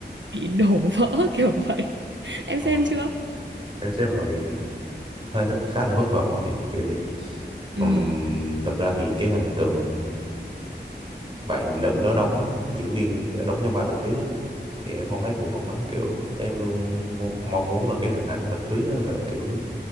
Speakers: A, on the right (about 85°); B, on the right (about 30°).
A: bị đổ vỡ <laughs> kiểu vậy em
B: ờ,
A: xem chưa
B: em xem rồi hơi khá là thất vọng á chị kiểu gì
A: ừ
B: Ừm, thật ra thì cái hình tượng bạn nữ đó đóng diễn viên đóng trong vai Bạch Tuyết thì em không thấy phù hợp lắm kiểu em luôn mo- mong muốn là cái hình ảnh Bạch Tuyết á là kiểu